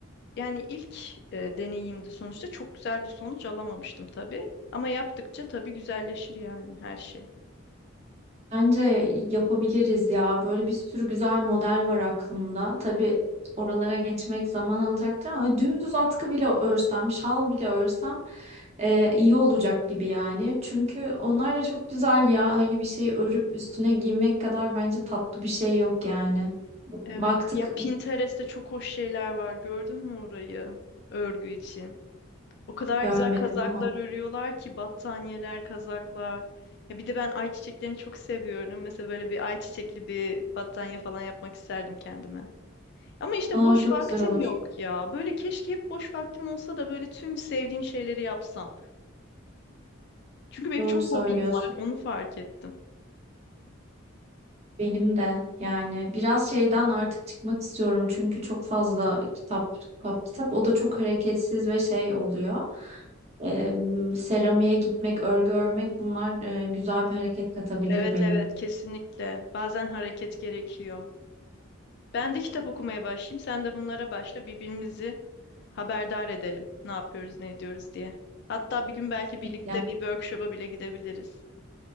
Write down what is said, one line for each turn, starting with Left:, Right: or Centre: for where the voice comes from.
Left: yani ilk e, deneyimdi sonuçta. Çok güzel bir sonuç alamamıştım tabii. Ama yaptıkça tabii güzelleşir yani her şey.
Right: Bence yapabiliriz ya. Böyle bir sürü güzel model var aklımda. Tabii oralara geçmek zaman alacaktır ama dümdüz atkı bile örsem, şal bile örsem e, iyi olacak gibi yani. Çünkü onlar da çok güzel ya. Hani bir şey örüp üstüne giymek kadar bence tatlı bir şey yok yani.
Left: Evet.
Right: Baktık
Left: Ya Pinterest'te
Right: iyi
Left: çok hoş şeyler var. Gördün mü orayı? Örgü için. O kadar
Right: görmedim
Left: güzel kazaklar
Right: ama.
Left: örüyorlar ki battaniyeler, kazaklar. Ya bir de ben ayçiçeklerini çok seviyorum. Mesela böyle bir ayçiçekli bir battaniye falan yapmak isterdim kendime. Ama işte
Right: Aa,
Left: boş
Right: çok
Left: vaktim
Right: güzel olur.
Left: yok ya. Böyle keşke hep boş vaktim olsa da böyle tüm sevdiğim şeyleri yapsam. Çünkü benim
Right: Doğru
Left: çok
Right: söylüyorsun.
Left: hobim var, onu fark ettim.
Right: Benim de yani biraz şeyden artık çıkmak istiyorum çünkü çok fazla kitap kitap kitap o da çok hareketsiz ve şey oluyor. Ee, seramiğe gitmek, örgü örmek bunlar e, güzel bir hareket katabilir
Left: Evet
Right: benim.
Left: evet kesinlikle. Bazen hareket gerekiyor. Ben de kitap okumaya başlayayım. Sen de bunlara başla. Birbirimizi haberdar edelim. Ne yapıyoruz, ne ediyoruz diye. Hatta bir gün belki
Right: Kesinlikle.
Left: birlikte bir workshop'a bile gidebiliriz.